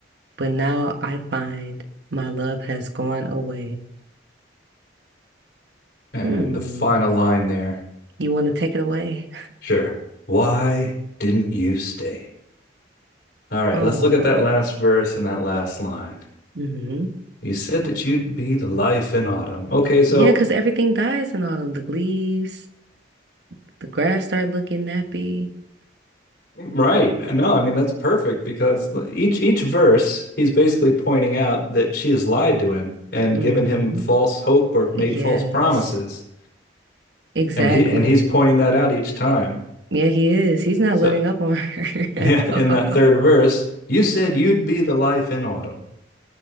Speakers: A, on the right; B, on the left.
A: but now I find my love has gone away.
B: and
A: Hmm.
B: the final line there.
A: You want to take it away?
B: Sure. Why didn't you stay? All right,
A: Oh,
B: let's look at that last verse and that last line.
A: mm-hmm.
B: You said that you'd be the life in autumn. Okay, so
A: Yeah, because everything dies in autumn. The leaves, the grass start looking nappy.
B: Right. No, I mean that's perfect because each each verse he's basically pointing out that she has lied to him and
A: Mm-hmm.
B: given him false hope or
A: Yes.
B: made false promises.
A: Exactly.
B: And he and he's pointing that out each time.
A: Yeah, he is. He's not
B: So,
A: letting up on her
B: <laughs>
A: <laughs> at
B: yeah,
A: all.
B: in that third verse, you said you'd be the life in autumn.